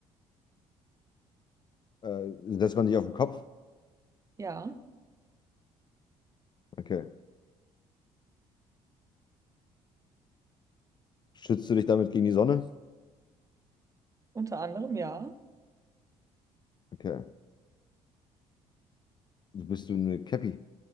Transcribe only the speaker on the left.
Äh, setzt man dich auf den Kopf?
Okay. Schützt du dich damit gegen die Sonne?
Okay. Bist du eine Cappy?